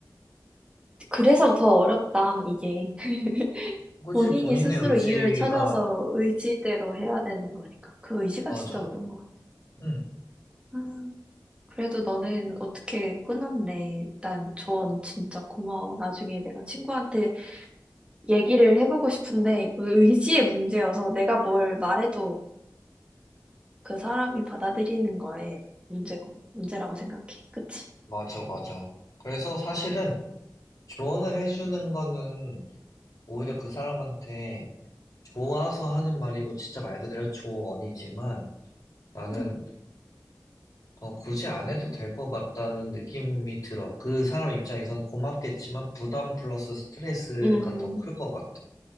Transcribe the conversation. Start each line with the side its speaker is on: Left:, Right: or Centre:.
Right: 그래서 더 어렵다, 이게. <laughs>
Left: 그치,
Right: 본인이
Left: 본인의
Right: 스스로
Left: 의지가,
Right: 이유를 찾아서 의지대로 해야 되는 거니까. 그 의지가
Left: 맞아.
Right: 진짜 어려운 것 같아.
Left: 응,
Right: 아, 그래도 너는 어떻게 끊었네. 일단 조언 진짜 고마워. 나중에 내가 친구한테 얘기를 해보고 싶은데 이거 의지의 문제여서 내가 뭘 말해도 그 사람이 받아들이는 거에 문제고, 문제라고 생각해. 그치?
Left: 맞아, 맞아. 그래서 사실은 조언을 해주는 거는 오히려 그 사람한테 좋아서 하는 말이고, 진짜 말 그대로 조언이지만, 나는,
Right: 음,
Left: 어, 굳이 안 해도 될 것 같다는 느낌이 들어. 그 사람 입장에서는 고맙겠지만, 부담 플러스 스트레스가
Right: 음,
Left: 더 클 것 같아.